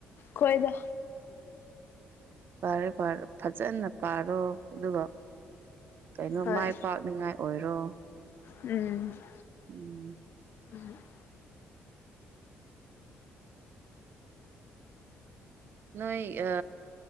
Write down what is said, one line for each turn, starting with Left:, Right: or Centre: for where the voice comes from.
Left: ꯈꯣꯏꯗ
Right: ꯄꯔꯦꯔꯦ ꯐꯖꯅ ꯄꯥꯔꯣ ꯑꯗꯨꯒ ꯀꯩꯅꯣ
Left: ꯍꯣꯏ
Right: ꯃꯥꯏ ꯄꯥꯛꯅꯤꯉꯥꯏ ꯑꯣꯏꯔꯣ
Left: ꯎꯝ <inaudible>
Right: ꯎꯝ
Left: ꯎꯝ <inaudible>
Right: ꯅꯣꯏ ꯑ